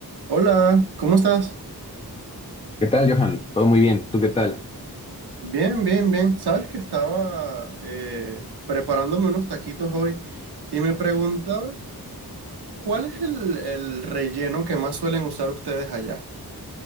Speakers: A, on the right (about 80°); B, on the left (about 15°).
A: Hola, ¿cómo estás?
B: ¿Qué tal, Johan? Todo muy bien. ¿Tú qué tal?
A: Bien, bien, bien. Sabes que estaba eh, preparándome unos taquitos hoy y me preguntaba cuál es el, el relleno que más suelen usar ustedes allá.